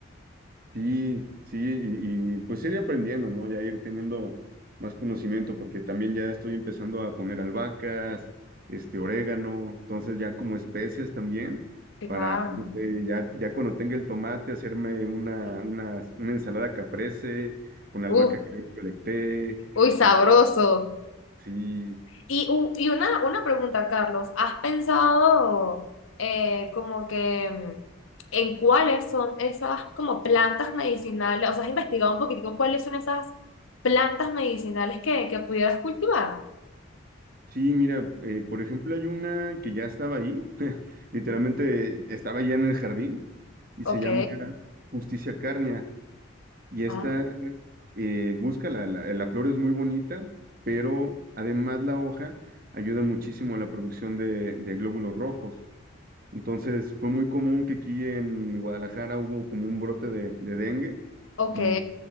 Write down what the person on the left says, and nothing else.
Que
nada.
Uh,
uy, sabroso.
Y, u- y una, una pregunta, Carlos, ¿has pensado eh, como que mm, en cuáles son esas como plantas medicinales? O sea, ¿has investigado un poquitico cuáles son esas plantas medicinales que, que pudieras cultivar?
Ok,
ah,
ok,